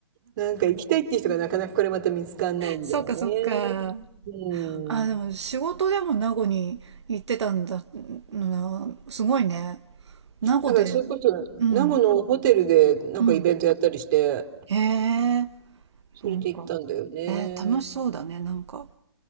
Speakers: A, on the right; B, on the right.
A: なんか行きたいって人がなかなかこれまた見つかんないんだよね。
B: そっかそっか。
A: う
B: あ、でも仕事でも名護に行ってたんだ、
A: ん。
B: な、すごいね。名護で、
A: だからそれこそ、
B: うん、
A: 名護のホテルでなんかイベントやったりして、
B: うん。へえ、
A: それで行ったんだよね。
B: なんか。えー楽しそうだね、なんか。